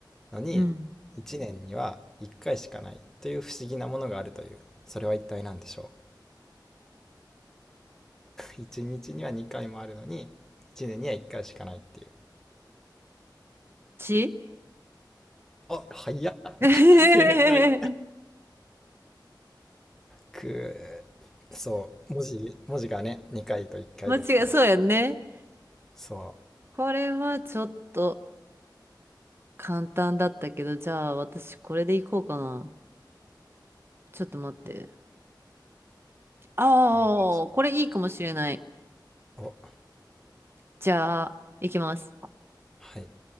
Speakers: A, in the centre; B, on the right.
A: のに、
B: うん。
A: 1年には1回しかないという不思議なものがあるという。それは一体何でしょう ?1 <laughs> 日には2回もあるのに、1年には1回しかないっていう。
B: ち
A: あ、早っ
B: <laughs> 間
A: <laughs> 正解。くーそう、文字、文字がね、2回と1回ですから。
B: 違い、そうやんね。
A: そう。
B: これはちょっと簡単だったけど、じゃあ私これで行こうかな。ちょっと待って。ああ、
A: お願いし
B: これいいかもしれない。
A: ますお、
B: じゃあ、行きます。
A: はい。